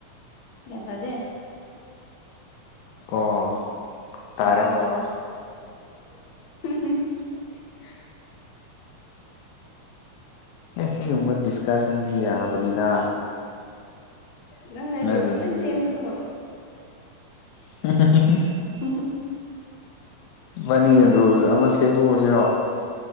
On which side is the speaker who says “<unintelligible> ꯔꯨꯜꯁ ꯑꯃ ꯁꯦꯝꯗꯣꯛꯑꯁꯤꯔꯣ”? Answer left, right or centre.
Left